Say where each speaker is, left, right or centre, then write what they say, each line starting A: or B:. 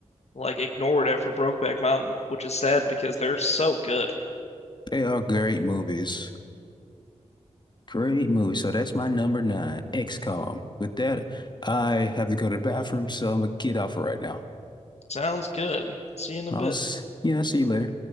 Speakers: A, on the left; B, on the left.
A: like ignored after Brokeback Mountain, which is sad because they're so good.
B: They are great movies. Great movie. So that's my number nine, XCOM. With that, I have to go to the bathroom, so I'm gonna get off for right now.
A: Sounds good. See you in a
B: I'll,
A: bit.
B: s- yeah, see you later.